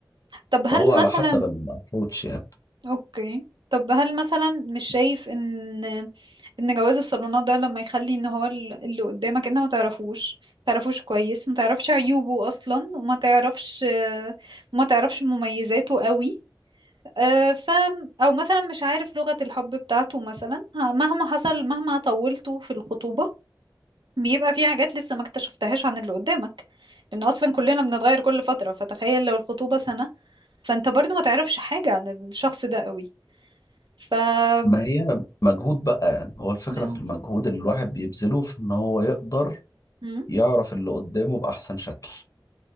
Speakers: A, on the right (about 80°); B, on the left (about 45°).
A: طب
B: فهو
A: هل
B: على
A: مثلا
B: حسب الابروتش يعني
A: اوكي طب هل مثلا مش شايف ان ان جواز الصالونات ده لما يخلي ان هو ال- اللي قدامك انت ما تعرفوش ما تعرفوش كويس ما تعرفش عيوبه اصلا وما تعرفش ما تعرفش مميزاته قوي آه، ف او مثلا مش عارف لغة الحب بتاعته مثلا ه- مهما حصل مهما طولته في الخطوبة بيبقى في حاجات لسه ما اكتشفتهاش عن اللي قدامك لان اصلا كلنا بنتغير كل فترة فتخيل لو الخطوبة سنة فانت برضو ما تعرفش حاجة عن الشخص ده قوي ف
B: ما
A: <laughs>
B: هي مجهود بقى يعني هو الفكره
A: هو-
B: في المجهود اللي الواحد بيبذله في ان هو يقدر
A: مم.
B: يعرف اللي قدامه باحسن شكل